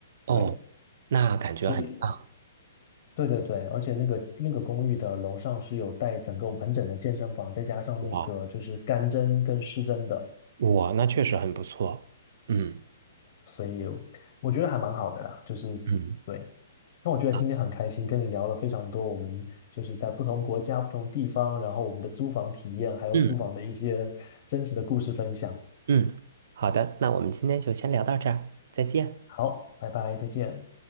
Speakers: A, on the right; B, on the left.
A: 哦，
B: 对，
A: 那感觉很棒。
B: 所以，对对对，而且那个那个公寓的楼上是有带整个完整的健身房，再加上那个就是干蒸跟湿蒸的，
A: 哇，哇，那确实很不错。嗯
B: 也有，我觉得还蛮好的啦，就是
A: 嗯。
B: 对，那我觉得今天很开心，
A: 啊
B: 跟你聊了非常多，我们就是在不同国家、不同地方，然后我们的租房体验，还有租房的一些真实的故事分享。
A: 嗯。嗯，好的，那我们今天就先聊到这儿，再见。
B: 好，拜拜，再见。